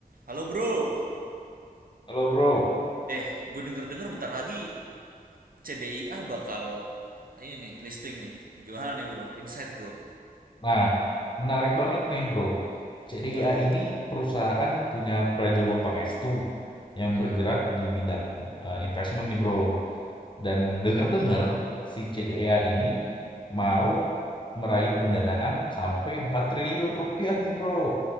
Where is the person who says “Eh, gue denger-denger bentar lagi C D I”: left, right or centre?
Right